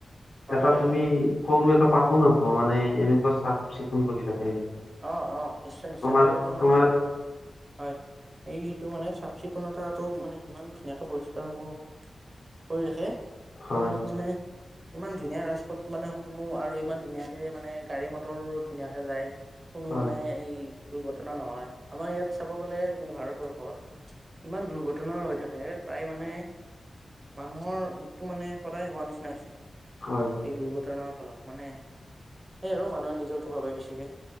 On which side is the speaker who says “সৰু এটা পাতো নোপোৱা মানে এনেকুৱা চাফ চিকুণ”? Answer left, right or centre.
Left